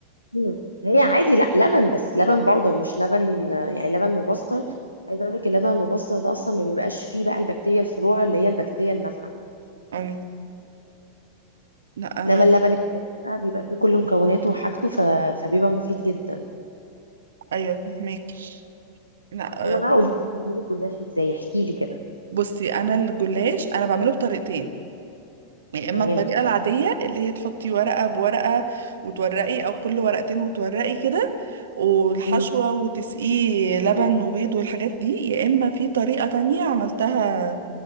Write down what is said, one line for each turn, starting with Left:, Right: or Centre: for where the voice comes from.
Left: مم. هي عادي لا لبن بس لبن بودر مش لبن يعني لبن مبستر عايزه اقول لك اللبن المبستر ده اصلا ما بيبقاش فيه بقى البكتيريا الفلورا اللي هي البكتيريا النافعه
Right: أم. لا
Left: انما
Right: انا
Left: اللبن التاني بقى بيبقى فيه كل مكوناته وحاجته ف... فبيبقى مفيد جدا
Right: ايوه فهمك لا
Left: يلا
Right: آه،
Left: بقى قولي لي بتعملي الجلاش ازاي احكي لي كده
Right: بصي انا الجلاش انا بعمله بطريقتين يا اما
Left: تمام
Right: الطريقه العاديه اللي هي تحطي ورقه بورقه وتورقي او كل ورقتين وتورقي كده والحشوه
Left: مم.
Right: وتسقيه لبن وبيض والحاجات دي يا اما في طريقه تانية عملتها